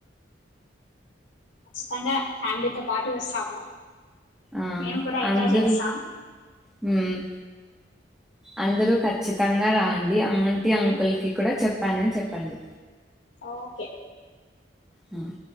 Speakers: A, on the left (about 85°); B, in the centre.
A: కచ్చితంగా ఫ్యామిలీతో పాటు వస్తము
B: ఆ!
A: మేము కూడా ఇట్లా
B: అందరూ
A: చేస్తాం
B: హ్మ్ అందరూ ఖచ్చితంగా రాండి ఆంటీ అంకులకి కూడా చెప్పానని చెప్పండి
A: ఓకే
B: హ్మ్